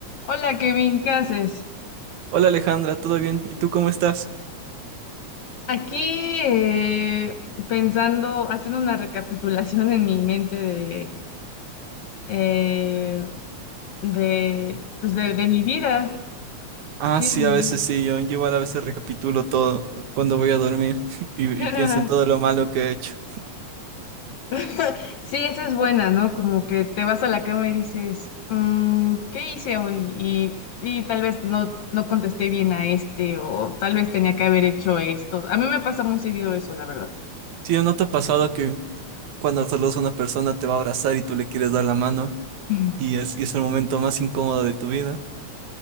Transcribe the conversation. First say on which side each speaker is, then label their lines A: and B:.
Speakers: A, on the left (about 65°); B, on the right (about 85°).
A: Hola Kevin, ¿qué haces?
B: Hola Alejandra, ¿todo bien? ¿Y tú cómo estás?
A: Aquí eh, pensando, haciendo una recapitulación en mi mente de, eh, de, pues de, de mi vida. Sí,
B: Ah, sí,
A: de
B: a veces
A: mi
B: sí, yo igual a veces recapitulo todo cuando voy a dormir <laughs> y,
A: vida.
B: y pienso en todo lo malo que he hecho.
A: <laughs> Sí, esa es buena, ¿no? Como que te vas a la cama y dices, "Mm, ¿qué hice hoy? Y, y tal vez no, no contesté bien a este o tal vez tenía que haber hecho esto. A mí me pasa muy seguido eso, la verdad.
B: Sí, ¿no te ha pasado que cuando saludas a una persona te va a abrazar y tú le quieres dar la mano
A: <laughs>
B: y es, y es el momento más incómodo de tu vida?